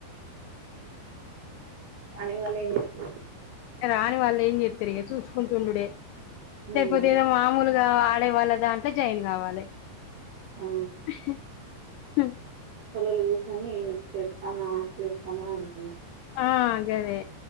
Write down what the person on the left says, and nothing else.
రాని వాళ్ళు ఏం చేస్తారు చూసుకుంటుండుడే
లేకపోతే ఏదో మామూలుగా ఆడేవాళ్ళదాంట్లో జాయిన్ కావాలి
అహే ఉమ్
ఆ గదే